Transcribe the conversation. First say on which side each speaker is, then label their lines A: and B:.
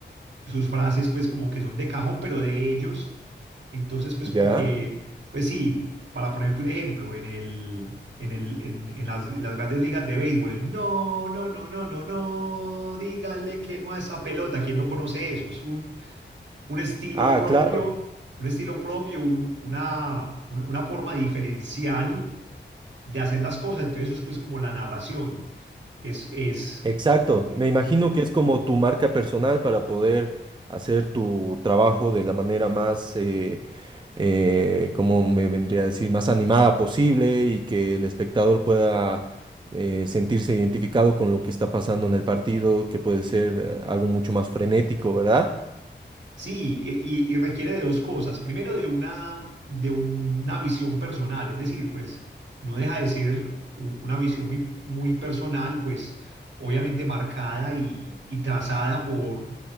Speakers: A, on the right; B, on the right.
A: sus frases pues como que son de cajón, pero de ellos. Entonces pues
B: Ya.
A: como que, pues sí, para ponerte un ejemplo, en el, en el, en, en las, las grandes ligas de béisbol, el no, no, no, no, no, no, dígale que no a esa pelota, ¿quién no conoce eso? Es un un estilo
B: Ah,
A: propio,
B: claro.
A: un estilo propio, un- una, una, una forma diferencial de hacer las cosas. Entonces eso es pues como la narración. Es, es,
B: Exacto,
A: eh, eh,
B: me imagino que es como tu marca personal para poder hacer tu trabajo de la manera más, eh, eh, como me vendría a decir, más animada posible y que el espectador pueda eh, sentirse identificado con lo que está pasando en el partido, que puede ser eh, algo mucho más frenético, ¿verdad?
A: sí, eh, y, y requiere de dos cosas. Primero de una, de una visión personal, es decir, pues no deja de ser u- una visión muy, muy personal, pues obviamente marcada y, y trazada por,